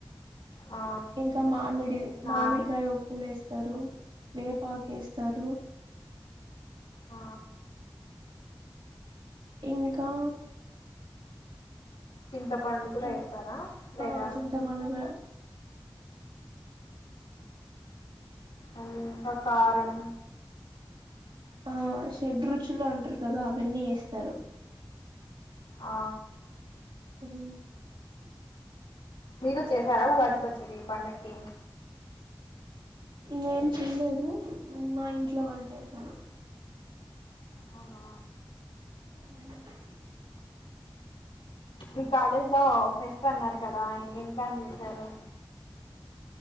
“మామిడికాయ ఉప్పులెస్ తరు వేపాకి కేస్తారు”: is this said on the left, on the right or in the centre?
Right